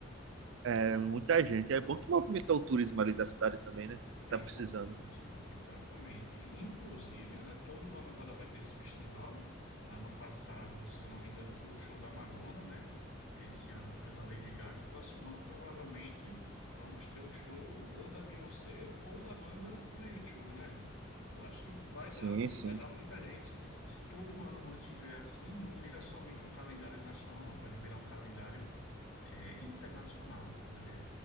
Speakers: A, on the right; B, on the left.
A: É muita gente. É bom que movimenta o turismo ali da cidade também, né? Que
B: É
A: tá
B: importante,
A: precisando.
B: exatamente. Inclusive, né, todo ano agora vai ter esse festival. Ano passado, se eu não me engano, foi o show da Madonna, né? Esse ano foi o da Lady Gaga e próximo ano provavelmente vamos ter o show ou da Beyoncé ou da banda do YouTube, né? Eu acho que vai
A: Sim,
B: dar,
A: sim.
B: vai dar muita gente. Se todo ano mantiver assim, não vira somente um calendário nacional, não. Pode virar um calendário é, internacional, né?